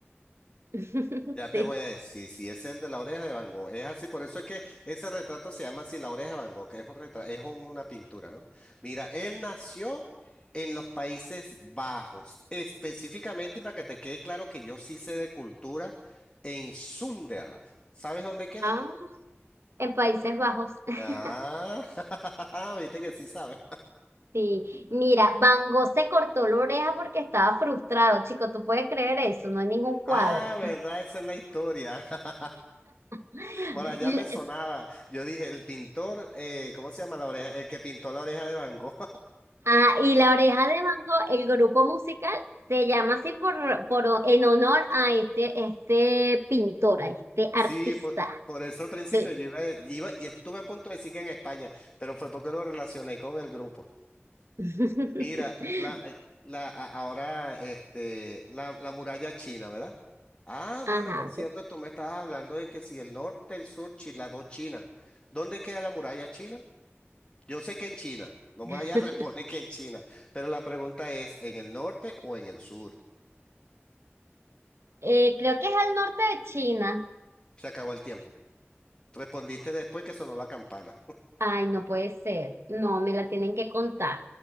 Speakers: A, on the right (about 75°); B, on the left (about 20°).
A: <laughs>
B: Ya
A: Sí.
B: te voy a decir, si es el de la oreja de Van Gogh, es así, por eso es que ese retrato se llama así, la oreja de Van Gogh, que es un retrato, es una pintura, ¿no? Mira, él nació en los Países Bajos, específicamente, y para que te quede claro que yo sí sé de cultura, en Sunderland. ¿Sabes dónde queda?
A: Ah, en Países Bajos. <laughs>
B: Ah, <laughs> viste que sí sabes.
A: Sí. Mira, Van Gogh se cortó la oreja porque estaba frustrado, chico. ¿Tú puedes creer eso? No hay ningún cuadro.
B: Ah, verdad, esa es la historia. <laughs>
A: <laughs>
B: Por allá
A: La-
B: me sonaba. Yo dije, el pintor, eh, ¿cómo se llama la oreja? El que pintó la oreja de Van Gogh.
A: Ah, y la oreja de Van Gogh, el grupo musical, se llama así por, por en honor a este, este pintor, a este artista.
B: Sí, po- por, eso al principio
A: Sí.
B: yo iba, iba y estuve a punto de decir que en España, pero fue porque lo relacioné con el grupo.
A: <laughs>
B: Mira, la, eh, la, a- ahora este, la, la muralla china, ¿verdad? Ah,
A: Ajá,
B: bueno, por cierto,
A: qué-
B: tú me estabas hablando de que si el norte, el sur, China, las dos Chinas. ¿Dónde queda la muralla china? Yo sé que en China, no
A: <laughs>
B: me vayas a responder que en China, pero la pregunta es, ¿en el norte o en el sur?
A: Eh, creo que es al norte de China.
B: Se acabó el tiempo. Respondiste después que sonó la campana.
A: Ay, no puede ser. No, me la tienen que contar.